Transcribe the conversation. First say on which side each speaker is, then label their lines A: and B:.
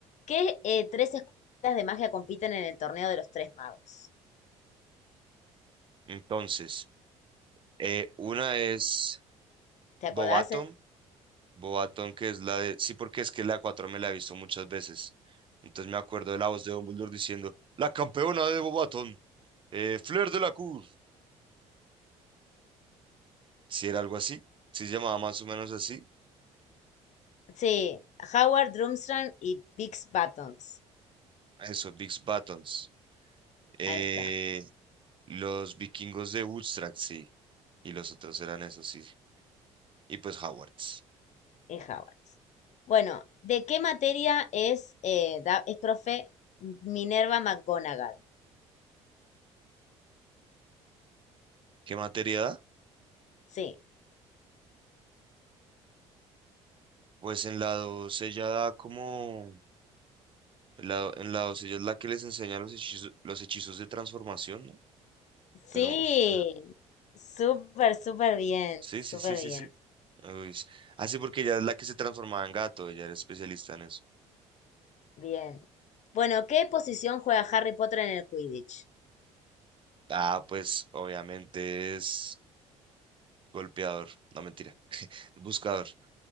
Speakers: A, on the left (about 55°); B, on the right (about 35°).
A: ¿Qué eh, tres escuelas de magia compiten en el torneo de los tres magos?
B: Entonces, eh, una es
A: ¿Te acordás?
B: Bobaton Boatón, que es la de... Sí, porque es que la 4 me la he visto muchas veces. Entonces me acuerdo de la voz de Dumbledore diciendo, la campeona de Bobatón, eh, Flair de la Cour. Si era algo así, si se llamaba más o menos así.
A: Sí, Howard, Drumstrang y Bix Buttons.
B: Eso, Bigs Buttons. Eh,
A: Ahí está,
B: los vikingos de Woodstock, sí. Y los otros eran esos, sí. Y pues Howards.
A: es Howard. Bueno, ¿de qué materia es, eh, da- es profe Minerva McGonagall?
B: ¿Qué materia da?
A: Sí,
B: Pues en la 2 ella da como... la, en la 2 ella es la que les enseña los hechizos, los hechizos de transformación, ¿no?
A: sí,
B: Pero, uf, que-
A: súper, súper bien,
B: Sí,
A: súper
B: sí, sí, sí,
A: bien.
B: sí. Uy, así porque ella es la que se transformaba en gato, ella era especialista en eso.
A: Bien. Bueno, ¿qué posición juega Harry Potter en el Quidditch?
B: Ah, pues obviamente es golpeador, no mentira, es buscador.